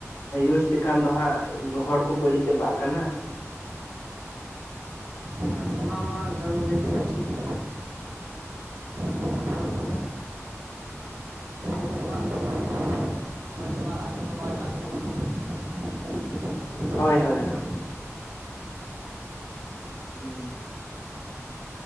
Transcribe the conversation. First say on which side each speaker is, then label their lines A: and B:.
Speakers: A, on the left (about 60°); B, on the right (about 90°).
A: ᱤᱭᱩᱡᱽ ᱞᱮᱠᱷᱟᱱ ᱫᱚ ᱦᱟᱸᱜ ᱦᱚᱲ ᱠᱚ ᱵᱟᱹᱲᱤᱡ ᱪᱟᱵᱟᱜ ᱠᱟᱱᱟ
B: ᱦᱮᱸ ᱚᱱᱟ ᱢᱟ ᱡᱟ ᱵᱤᱱ ᱞᱟᱹᱭ ᱠᱮᱫᱟ ᱴᱷᱤᱠ ᱜᱮ ᱛᱚ ᱚᱱᱟ ᱫᱚ <inaudible> <unintelligible> ᱟᱵᱚ ᱪᱟᱞᱟᱣ
A: ᱦᱳᱭ ᱦᱳᱭ
B: ᱠᱟᱱᱟ
A: ᱦᱳᱭ
B: ᱚᱱᱠᱟ
A: ᱦᱩᱸ